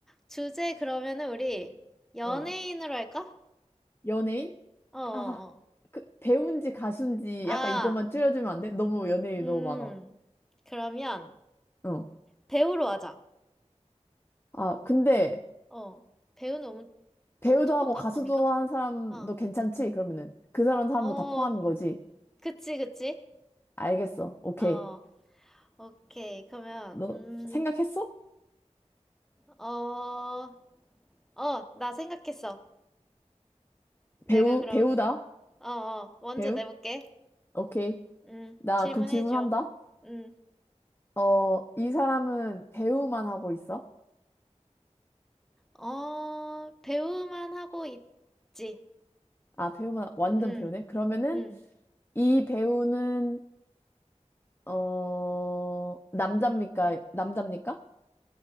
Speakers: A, in the centre; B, on the left (about 20°).
A: 주제 그러면은 우리 연예인으로
B: 어.
A: 할까?
B: 연예인?
A: 어, 어,
B: 아,
A: 어.
B: 그, 배우인지 가수인지
A: 아,
B: 약간 이것만 줄여주면 안 돼? 너무 연예인이
A: 음,
B: 너무 많아.
A: 그러면
B: 어.
A: 배우로 하자.
B: 아, 근데
A: 어, 배우 너무, 너무
B: 배우도
A: 좁은가?
B: 하고 가수도
A: 범위가?
B: 하는 사람도
A: 어,
B: 괜찮지? 그러면은. 그 사람 사람도
A: 어,
B: 다 포함인 거지.
A: 그치, 그치.
B: 알겠어. 오케이.
A: 어, 오케이. 그러면,
B: 너
A: 음,
B: 생각했어?
A: 어, 어, 나 생각했어. 내가
B: 배우,
A: 그럼,
B: 배우다.
A: 어, 어, 먼저
B: 배우?
A: 내볼게.
B: 오케이.
A: 음,
B: 나
A: 질문해줘.
B: 그럼 질문한다.
A: 음,
B: 어, 이 사람은 배우만 하고 있어?
A: 어, 배우만 하고 있지.
B: 아, 배우만, 완전
A: 음,
B: 배우네? 그러면은
A: 음,
B: 이 배우는, 어, 남자입니까? 남자입니까?